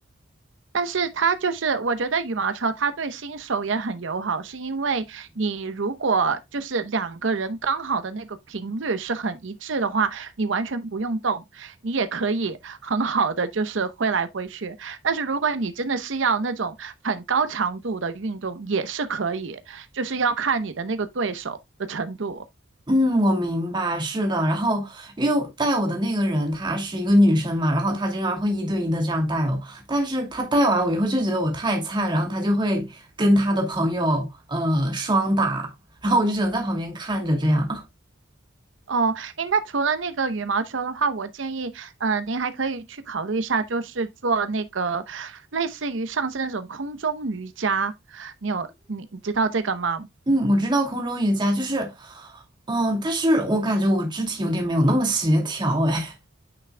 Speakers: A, on the right; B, on the right.
A: 但是它就是，我觉得羽毛球它对新手也很友好，是因为你如果就是两个人刚好的那个频率是很一致的话，你完全不用动，你也可以很好的就是挥来挥去。但是如果你真的是要那种很高强度的运动，也是可以，就是要看你的那个对手的程度。
B: 嗯，我明白，是的。然后，因为带我的那个人她是一个女生嘛，然后她经常会一对一的这样带我，但是她带完我以后就觉得我太菜了，然后她就会跟她的朋友呃双打，然后我就只能在旁边看着这样。
A: 哦，诶，那除了那个羽毛球的话，我建议，呃，您还可以去考虑一下，就是做那个类似于上次那种空中瑜伽。你有，你你知道这个吗？
B: 嗯，我知道空中瑜伽就是，嗯，但是我感觉我肢体有点没有那么协调，哎，